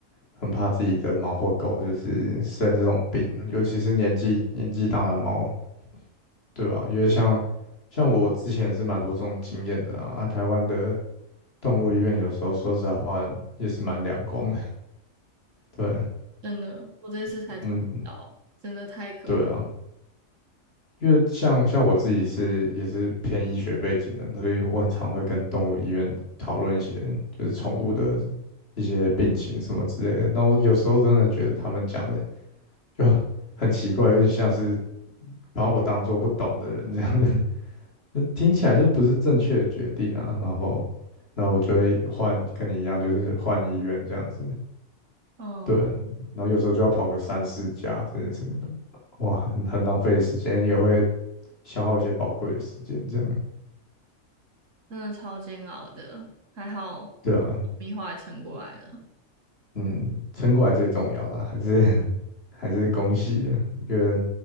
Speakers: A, on the left; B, on the right.
A: 很怕自己的猫或狗就是生这种病，尤其是年纪年纪大的猫，对吧、因为像像我之前也是蛮多这种经验的啊，啊台湾的动物医院有时候说实在话也是蛮两光的，<laughs> 对
B: 真的，我这次才听到，
A: 我们
B: 真的太可怕，
A: 对啊。因为像像我自己是也是偏医学背景的，所以我很常会跟动物医院讨论一些就是宠物的一些病情什么之类的。那我有时候真的觉得他们讲的就很奇怪，有点像是把我当做不懂的人这样子，<laughs> 就听起来就不是正确的决定啊。然后，那我就会换跟你一样，就是换医院这样子。
B: 嗯，
A: 对，然后有时候就要跑个三四家，真的是哇，很很浪费时间，也会消耗一些宝贵的时间这样。
B: 真的超煎熬的，还好，
A: 对啊，
B: 米花也撑过来了，
A: 嗯，撑过来最重要了，还是 <laughs> 还是恭喜啊！觉得